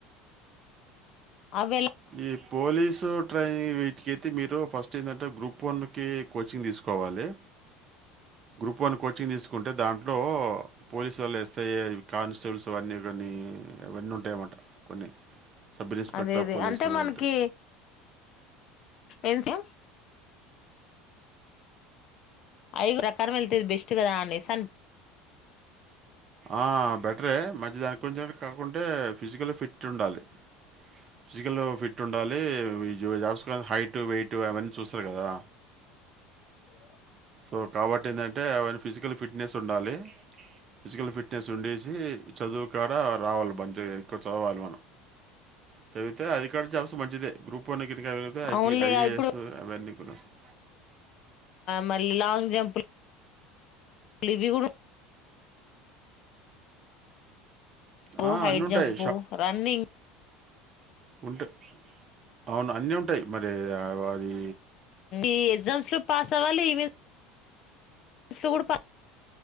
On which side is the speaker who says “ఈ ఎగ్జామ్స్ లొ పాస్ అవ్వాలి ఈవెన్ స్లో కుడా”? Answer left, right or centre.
Left